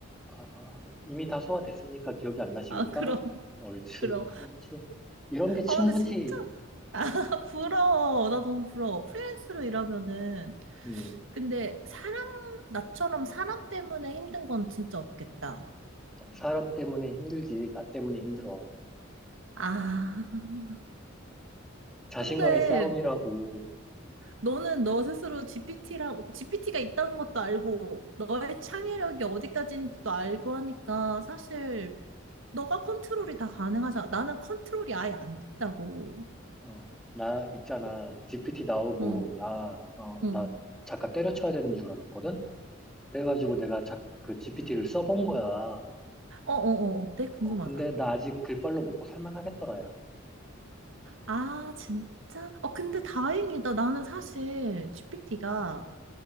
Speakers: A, in the centre; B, on the right (about 75°).
A: 아, 아, 이미 다 소화됐으니까 기억이 안 나시겠다.
B: 아, 그럼.
A: 옳지.
B: <laughs> 그럼.
A: 그렇지. 이런 게 친구지.
B: 아, 근데 진짜 <laughs> 부러워. 나 너무 부러워. 프리랜서로 일하면은
A: 음.
B: 근데 사람, 나처럼 사람 때문에 힘든 건 진짜 없겠다.
A: 사람 때문에 힘들지, 나 때문에 힘들어.
B: 아,
A: 자신과의
B: 근데
A: 싸움이라고,
B: 너는 너 스스로 GPT랑, GPT가 있다는 것도 알고, 너의 창의력이 어디까지인지도 알고 하니까 사실 너가 컨트롤이 다 가능하잖아. 나는 컨트롤이 아예 안 됐다고.
A: 어, 나 있잖아. GPT 나오고,
B: 어,
A: 나, 어,
B: 어, 어,
A: 나 작가 때려쳐야 되는 줄 알았거든? 그래가지고 내가 작, 그 GPT를 써본 거야.
B: 어, 어, 어때? 궁금하다.
A: 어, 근데 나 아직 글빨로 먹고 살만 하겠더라야.
B: 아, 진짜? 어, 근데
A: 어,
B: 다행이다. 나는 사실 GPT가